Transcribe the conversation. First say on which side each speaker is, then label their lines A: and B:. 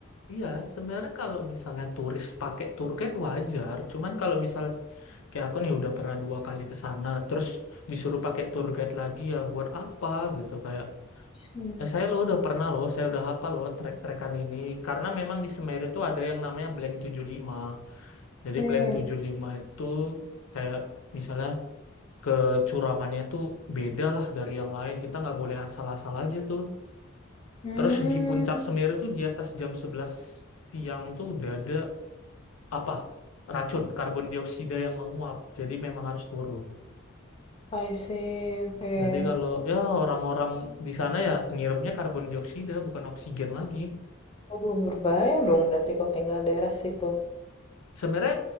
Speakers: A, on the left (about 80°); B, on the left (about 25°).
A: iya sebenarnya kalau misalnya turis pakai tour guide wajar cuman kalau misalnya kayak aku nih udah pernah dua kali ke sana terus disuruh pakai tour guide lagi ya buat apa gitu kayak
B: Hmm.
A: eh, saya lo udah pernah loh saya udah hafal loh trek-trekan ini karena memang di Semeru itu ada yang namanya Blank tujuh puluh lima jadi
B: Hmm.
A: Blank tujuh puluh lima itu kayak misalnya kecuramannya tuh beda lah dari yang lain. Kita nggak boleh asal-asal aja tuh.
B: Hmm.
A: Terus di puncak Semeru tuh di atas jam sebelas siang tuh udah ada apa? Racun, karbon dioksida yang menguap. Jadi memang harus turun.
B: I see. Oke.
A: Jadi kalau ya orang-orang di sana ya ngirupnya karbon dioksida bukan oksigen lagi.
B: Aduh, berbahaya dong berarti kalau tinggal daerah situ.
A: Sebenarnya